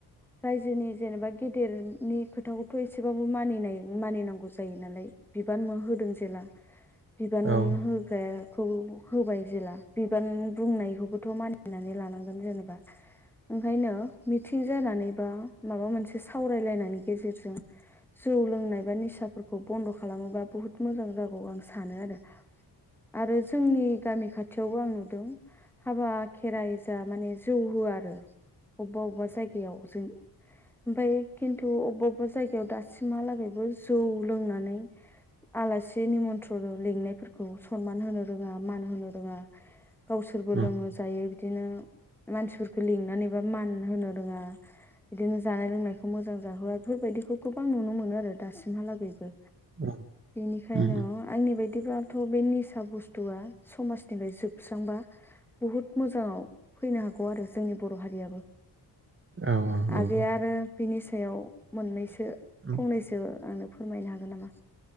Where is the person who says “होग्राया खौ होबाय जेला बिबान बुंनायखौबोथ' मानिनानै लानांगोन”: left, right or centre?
Centre